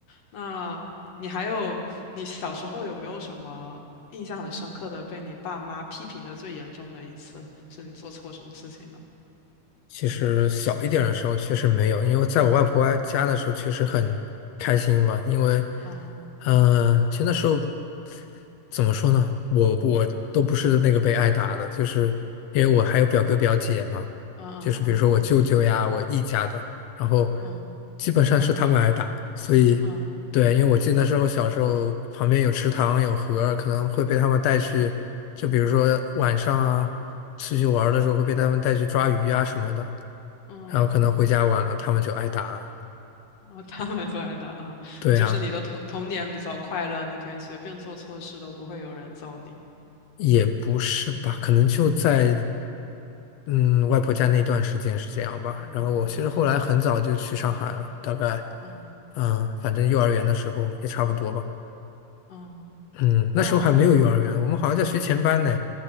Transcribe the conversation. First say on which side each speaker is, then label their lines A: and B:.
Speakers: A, on the left; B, on the left.
A: 那你还有，你小时候有没有什么印象很深刻的被你爸妈批评的最严重的一次，是你做错什么事情呢？
B: 其实小一点的时候确实没有，因为在我外婆家的时候确实很开心吧，因为，
A: 嗯
B: 嗯、呃其实那时候怎么说呢，我我都不是那个被挨打的，就是因为我还有表哥表姐嘛，
A: 嗯嗯
B: 就是比如说我舅舅呀，我姨家的，然后
A: 嗯
B: 基本上是他们挨打，所以
A: 嗯嗯
B: 对，因为我记得那时候小时候旁边有池塘有河，可能会被他们带去，就比如说晚上啊，出去玩儿的时候会被他们带去抓鱼啊什么的，
A: 嗯，
B: 然后可能回家晚了，他们就挨打了。
A: <laughs> 哦，他们最爱的，嗯，
B: 对啊，
A: 就是你的童童年比较快乐，你可以随便做错事都不会有人揍你。
B: 也不是吧，可能就在嗯外婆家那段时间是这样吧。
A: 嗯嗯
B: 然后我其实后来很早就去上海了，大概
A: 嗯
B: 嗯，反正幼儿园的时候也差不多吧。
A: 嗯，
B: 嗯，
A: 那
B: 那时候还没有幼儿园，我们好像在学前班呢。